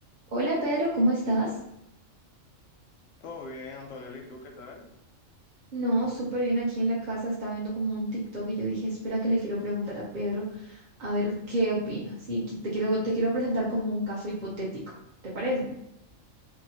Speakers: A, on the right (about 45°); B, on the left (about 85°).
A: Hola Pedro, ¿cómo estás?
B: Todo bien, Antonella, ¿y tú qué tal?
A: No, súper bien aquí en la casa, estaba viendo como un TikTok y yo dije, espera que le quiero preguntar a Pedro a ver qué opina. Sí, que te quiero, te quiero presentar como un caso hipotético, ¿te parece?